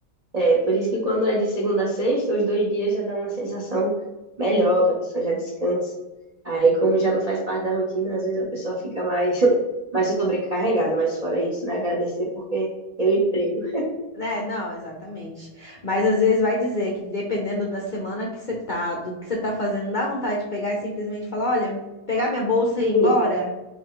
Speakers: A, on the right; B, on the left.
A: é, por isso que quando é de segunda a sexta, os dois dias já dá uma sensação melhor, que a pessoa já descansa. Aí, como já não faz parte da rotina, às vezes a pessoa fica mais, <laughs> mais sobrecarregada, mas fora isso, né? Agradecer porque tem o emprego.
B: né? Não, exatamente. Mas às vezes vai dizer que dependendo da semana que você tá, do que você tá fazendo, dá vontade de pegar e simplesmente falar, olha, pegar minha bolsa e ir embora.
A: Sim,